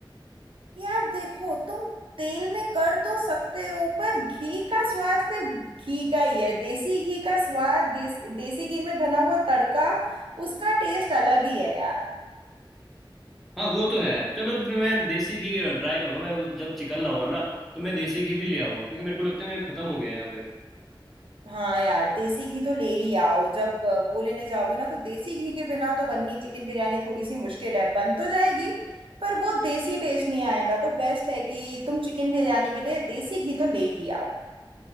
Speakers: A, on the right; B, in the centre.
A: यार देखो तुम तेल में कर तो सकते हो पर घी का स्वाद फिर घी का ही है देसी घी का स्वाद गेस- देसी घी में बना हुआ तड़का उसका टेस्ट अलग ही है यार
B: हाँ वो तो है चलो फिर मैं देसी घी ट्राई करूंगा मैं जब चिकन लाऊंगा ना तो मैं देसी घी भी ले आऊंगा क्योंकि मेरे को लगता है मेरे खत्म हो गया है यहाँ पे
A: हाँ यार देसी घी तो ले ही आओ जब अ, वो लेने जाओगे ना तो देसी घी के बिना तो बननी चिकन बिरयानी थोड़ी सी मुश्किल है बन तो जाएगी पर वो देसी टेस्ट नहीं आएगा तो बेस्ट है कि तुम चिकन बिरयानी के लिए देसी घी तो ले ही आओ